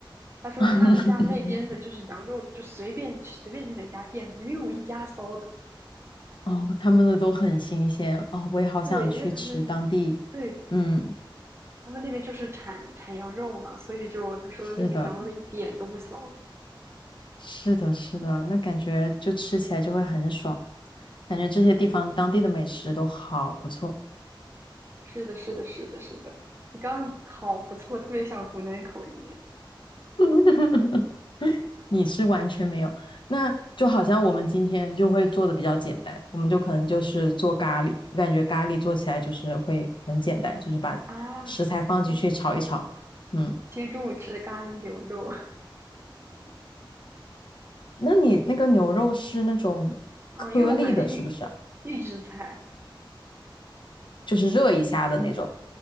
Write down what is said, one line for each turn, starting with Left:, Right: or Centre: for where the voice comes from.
Right: 他说他们家那边的就是羊肉，
Left: <laughs>
Right: 就随便随便去哪家店，没有一家骚的。
Left: 哦，他们的都很新鲜哦，我也好想去吃当地。
Right: 对，因为他们对
Left: 嗯，
Right: 他们那边就是产产羊肉嘛，所以就他说那边羊肉一点都不骚。
Left: 是的，是的，是的，那感觉就吃起来就会很爽，感觉这些地方当地的美食都好不错。
Right: 是的，是的，是的，是的。你刚刚好不错，特别像湖南口音
Left: <laughs> 你是完全没有，那就好像我们今天就会做的比较简单，我们就可能就是做咖喱，我感觉咖喱做起来就是会很简单，就是把食材放进去炒一炒。
Right: <laughs> 啊！今
Left: 嗯，
Right: 今天中午吃的咖喱牛肉。
Left: 那你那个牛肉是那种颗粒的，
Right: 嗯，因为我买的预预制菜，
Left: 是不是啊就是热一下的那种。